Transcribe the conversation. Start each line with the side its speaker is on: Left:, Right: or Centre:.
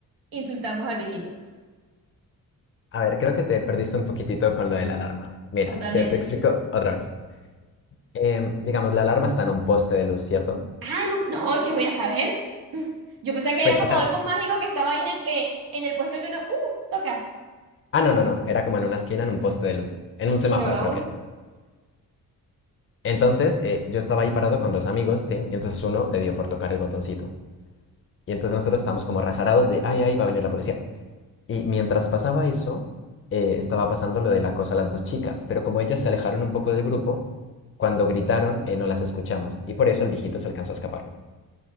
Right: insultamos al viejito.
Left: A ver, creo que te perdiste un poquitito con lo de la alarma. Mira,
Right: Totalmente.
Left: te, te explico otra vez. Em, digamos, la alarma está en un poste de luz, ¿cierto?
Right: Ah, no, no, ¿qué voy a saber? <laughs> Yo pensé que
Left: Pues,
Right: era como
Left: o sea,
Right: algo mágico que estaba ahí en el, eh, en el puesto que uno, uh, toca.
Left: ah, no, no, no. Era como en una esquina, en un poste de luz. En un semáforo,
Right: Peor aún.
Left: creo que era. Entonces, eh, yo estaba ahí parado con dos amigos, Tim, y entonces uno le dio por tocar el botoncito. Y entonces nosotros estábamos como rasarados de, ay, ay, va a venir la policía. Y mientras pasaba eso, eh, estaba pasando lo del acoso a las dos chicas, pero como ellas se alejaron un poco del grupo, cuando gritaron, eh, no las escuchamos, y por eso el viejito se alcanzó a escapar.